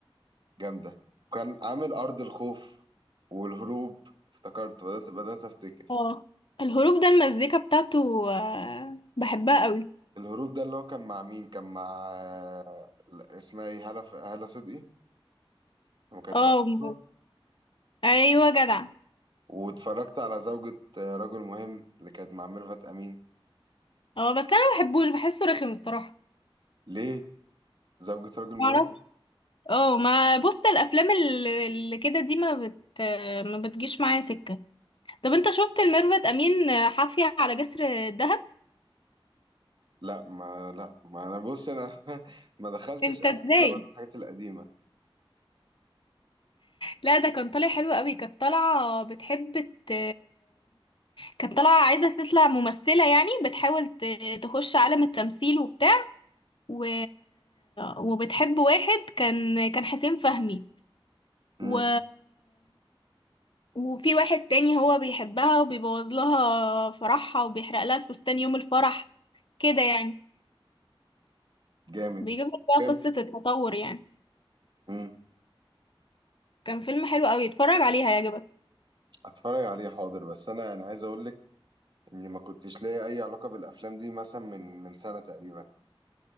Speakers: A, on the right; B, on the left.
A: جامدة كان عامل أرض الخوف والهروب افتكرت بدأت بدأت أفتكر
B: اه الهروب ده المزيكا بتاعته آه، بحبها قوي
A: الهروب ده اللي هو كان مع مين كان مع لا، اسمها ايه هالة ف- هالة صدقي لما كانت
B: اه
A: رقاصة
B: م- ايوه جدع
A: واتفرجت على زوجة رجل مهم اللي كانت مع ميرفت أمين
B: اه بس انا ما بحبوش بحسه رخم الصراحه
A: ليه زوجة رجل مهم
B: معرفش اه ما بص الافلام اللي اللي كده دي ما بت ما بتجيش معايا سكه طب انت شفت الميرفت امين حافية على جسر الدهب
A: لا ما لا ما أنا بص أنا <laughs> ما دخلتش
B: انت
A: قبل
B: ازاي
A: كده بقى في الحاجات القديمة
B: لا ده كان طالع حلو قوي كانت طالعة بتحب ت... كانت طالعة عايزة تطلع ممثلة يعني بتحاول ت... تخش عالم التمثيل وبتاع و... وبتحب واحد كان كان حسين فهمي
A: امم
B: و... وفي واحد تاني هو بيحبها وبيبوظ لها فرحها وبيحرق لها الفستان يوم الفرح كده يعني
A: جامد
B: بيجيب لك بقى
A: جامد
B: قصة التطور يعني
A: امم
B: كان فيلم حلو قوي اتفرج عليه هيعجبك
A: هتفرج عليه حاضر بس أنا يعني عايز أقول لك اني ما كنتش ليا اي علاقه بالافلام دي مثلا من من سنه تقريبا